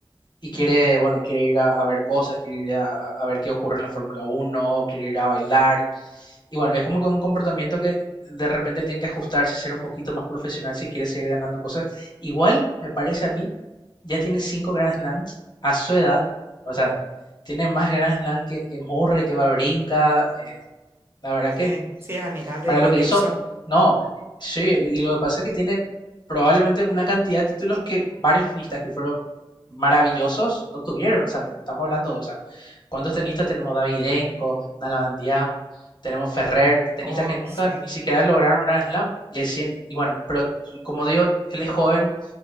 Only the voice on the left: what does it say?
y quiere,
bueno, quiere ir a, a ver cosas, quiere ir a, a ver qué ocurre en la Fórmula Uno quiere ir a bailar y bueno, es como que un comportamiento que de repente él tiene que ajustarse, ser un poquito más profesional si quiere seguir ganando cosas. Igual, me parece a mí, ya tiene cinco Grand Slams a su edad. O sea, tiene más Grand Slam que, que Murray, que va brinca. eh, la verdad
que
para
lo que
hizo,
no, sí, y lo que pasa es que tiene probablemente una cantidad de títulos que varios tenistas que fueron maravillosos no tuvieron, o sea, no estamos hablando, o sea, ¿cuántos tenistas tenemos? Davidenko, Nalbandiam, tenemos Ferrer, tenistas
que nunca
ni siquiera lograron Grand Slam. Y, el 100. y bueno, pero como digo, él es joven,